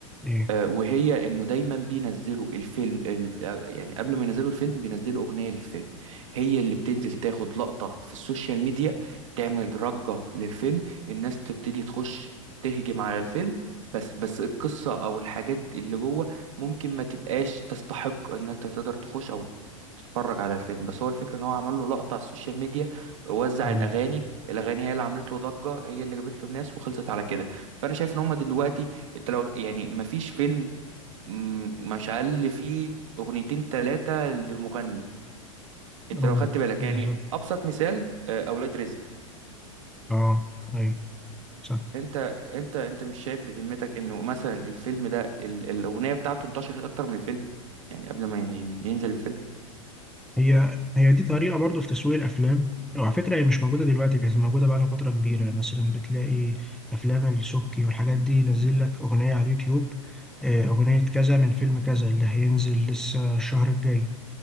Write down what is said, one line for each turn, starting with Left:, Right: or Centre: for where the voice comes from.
Centre: ايه
Right: آه، وهي انه دايما بينزلوا الفيلم الف... آه، يعني قبل ما ينزلوا الفيلم بينزلوا اغنيه للفيلم هي اللي بتنزل تاخد لقطه في السوشيال ميديا تعمل ضجه للفيلم الناس تبتدي تخش تهجم على الفيلم بس بس القصه او الحاجات اللي جوه ممكن ما تبقاش تستحق ان انت تقدر تخش او تتفرج على الفيلم بس هو الفكره ان هو عمل له لقطه على السوشيال ميديا وزع
Centre: اه
Right: الاغاني الاغاني هي اللي عملت له ضجه هي اللي جابت له الناس وخلصت على كده فانا شايف ان هم دلوقتي انت لو يعني مفيش فيلم م- مشعل فيه اغنيتين تلاتة لمغني انت
Centre: آه،
Right: لو خدت بالك
Centre: بالظبط
Right: يعني ابسط مثال آه، اولاد رزق
Centre: اه ايوه صح
Right: انت انت انت مش شايف بذمتك انه مثلا الفيلم ده ال- الاغنية بتاعته انتشرت اكتر من الفيلم يعني قبل ما ين- ينزل الفيلم
Centre: هي هي دي طريقة برضو في تسويق الأفلام وعلى فكرة هي مش موجودة دلوقتي كانت موجودة بقالها فترة كبيرة مثلا بتلاقي أفلام السبكي والحاجات دي ينزل لك أغنية على اليوتيوب آه، أغنية كذا من فيلم كذا اللي هينزل لسه الشهر الجاي